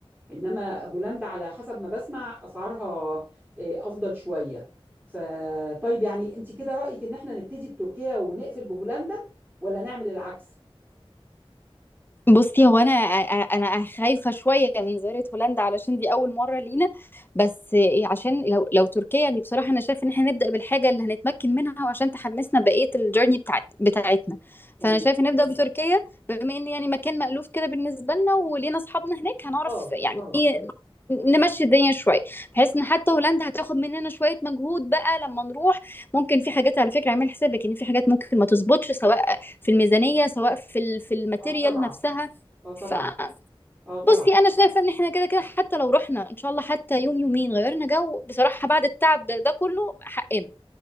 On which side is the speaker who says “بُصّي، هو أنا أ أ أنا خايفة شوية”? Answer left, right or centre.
Left